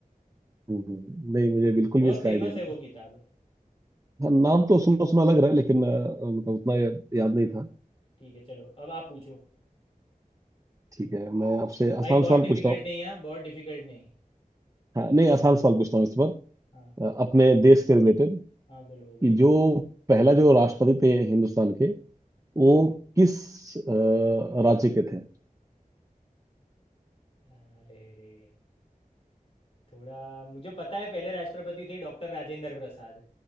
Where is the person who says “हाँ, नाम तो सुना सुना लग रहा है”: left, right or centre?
Right